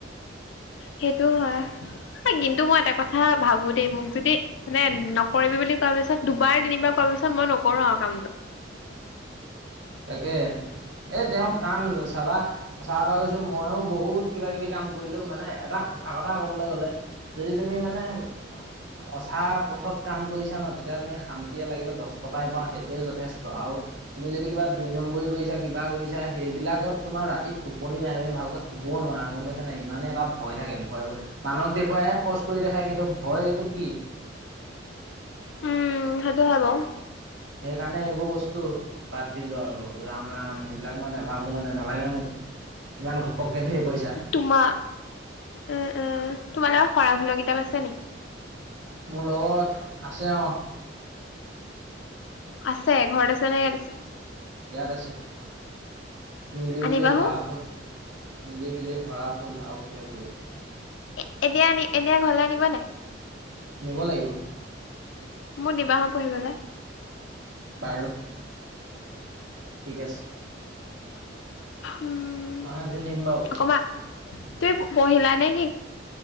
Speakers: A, on the left; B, on the right.
A: সেইটো হয় কিন্তু মই এটা কথা ভাবো দেই মোক যদি মানে নকৰিবি বুলি কোৱা পিছত দুবাৰ তিনিবাৰ কোৱাৰ পিছত মই নকৰো আৰু কামটো
B: তাকে এ তেওঁ কাম চাবা সঁচা কথা কৈছো, মইয়ো বহুত কিবা কিবি কাম কৰিলো মানে এটা সঁচা কথা কবলৈ গলে। যদি তুমি মানে সঁচা- পথত কাম কৰিছা ন তেতিয়া তুমি শান্তিয়ে লাগিলে দছ টকাই পাওঁ সেইটোৱে যথেষ্ট আও- যদি কিবা দুই নম্বৰী কৰিছা কিবা কৰিছা সেইবিলাকত তোমাৰ ৰাতি টোপনি নাহে তুমি ভালকে শুবও নোৱাৰা গম পাইছ- ছানাই ইমানে এটা ভয় থাকে ভয় মানুহক দেখুৱাইহে খৰচ কৰি দেখাই কিন্তু ভয় এইটো কি?
A: উম' সেইটো হয় বাৰু।
B: সেইকাৰণে এইবোৰ বস্তু বাদ দিলো আৰু ৰাম ৰাম এইবিলাক ময় নেভাবো মানে। নালাগে মোক ইমান ঘপককে ধেই পইচা।
A: তোমা এঁ এঁ তোমা লগত শৰাফুলৰ কিতাপ আছে নি?
B: মোৰ লগত আছে অঁ'।
A: আছে ঘৰত আছেনে ইয়াত আছে।
B: ইয়াত আছে মিলিমিলি
A: আনিবা
B: শহা
A: হো
B: ফুল- মিলি জুলি হৰা ফুল আও কিবা কিবি আছিল।
A: এ এতিয়া আনি এতিয়া ঘৰলে নিনিব নাই।
B: নিব লাগিব।
A: মোৰ দিবা হঁ পঢ়িবলে।
B: বাৰু ঠিক আছে।
A: উম'
B: মই আজি নিম বাৰু
A: অকমান তুমি পঢ়িলা নে কি?